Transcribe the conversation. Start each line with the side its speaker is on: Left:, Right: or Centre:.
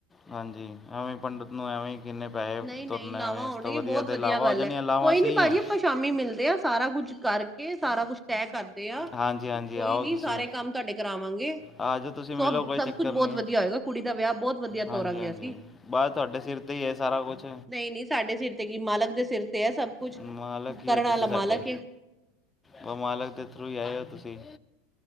Left: ਹਾਂਜੀ, ਐਵੇਂ ਪੰਡਿਤ ਨੂੰ, ਐਵੇਂ ਹੀ ਕਿੰਨੇ ਪੈਸੇ
Centre: ਨਹੀਂ-
Left: ਤੁਰਨੇ
Centre: ਨਹੀਂ ਲਾਵਾਂ
Left: ਐਵੇਂ ਇਸ
Centre: ਹੋਣਗੇ
Left: ਤੋਂ
Centre: ਬਹੁਤ
Left: ਤਾਂ
Centre: ਵਧੀਆ
Left: ਇਲਾਵਾ
Centre: ਗੱਲ
Left: ਹੋ ਜਾਣੀਆਂ
Centre: ਹੈ
Left: ਇਲਾਵਾ
Centre: ਕੋਈ
Left: ਸਹੀ
Centre: ਨੀ ਭਾਜੀ
Left: ਹੈ
Centre: ਆਪਾਂ ਸ਼ਾਮੀ ਮਿਲਦੇ ਹਾਂ ਸਾਰਾ ਕੁੱਝ ਕਰਕੇ ਸਾਰਾ ਕੁਛ ਤੈਅ ਕਰਦੇ ਆ,
Left: ਹਾਂਜੀ ਹਾਂਜੀ
Centre: ਕੋਈ
Left: ਆਓ
Centre: ਨੀ
Left: ਤੁਸੀਂ
Centre: ਸਾਰੇ ਕੰਮ ਤੁਹਾਡੇ ਕਰਾਵਾਂਗੇ ਸਭ,
Left: ਆ ਜਾਓ ਤੁਸੀਂ ਮਿਲੋ ਕੋਈ
Centre: ਸਭ
Left: ਚੱਕਰ
Centre: ਕੁਛ ਬਹੁਤ
Left: ਨਹੀਂ
Centre: ਵਧੀਆ ਹੋਏਗਾ ਕੁੜੀ ਦਾ ਵਿਆਹ ਬਹੁਤ ਵਧੀਆ
Left: ਹਾਂਜੀ
Centre: ਤੋਰਾਂਗੇ
Left: ਹਾਂਜੀ
Centre: ਅਸੀਂ
Left: ਬਸ ਤੁਹਾਡੇ ਸਿਰ ਤੇ ਹੀ ਹੈ ਸਾਰਾ ਕੁਛ
Centre: ਨਹੀਂ -ਨਹੀਂ ਸਾਡੇ ਸਿਰ ਤੇ ਕੀ, ਮਾਲਕ ਦੇ ਸਿਰ ਤੇ ਹੈ ਸਭ ਕੁਛ
Left: ਮਾਲਕ ਹੀ
Centre: ਕਰਨ
Left: ਹੋ ਤੁਸੀਂ
Centre: ਵਾਲਾ
Left: ਸਾਡੇ
Centre: ਮਾਲਕ ਹੈ
Left: ਬ ਮਾਲਕ ਦੇ ਥਰੂ ਹੀ ਆਏ ਹੋ ਤੁਸੀਂ